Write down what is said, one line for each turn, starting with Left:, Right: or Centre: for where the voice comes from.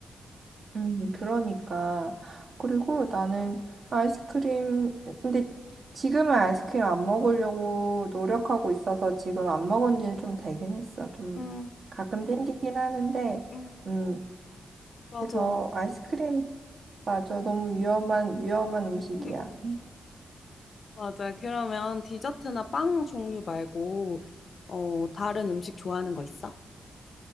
Right: 음, 그러니까. 그리고 나는 아이스크림, 근데 지금은 아이스크림 안 먹으려고 노력하고 있어서 지금 안 먹은 지는 좀 되긴 했어. 좀
Left: 음,
Right: 가끔 땡기긴 하는데,
Left: 음,
Right: 음,
Left: 맞아.
Right: 그래서 아이스크림, 맞아. 너무 위험한, 위험한 음식이야.
Left: <laughs> 맞아. 그러면 디저트나 빵 종류 말고, 어, 다른 음식 좋아하는 거 있어?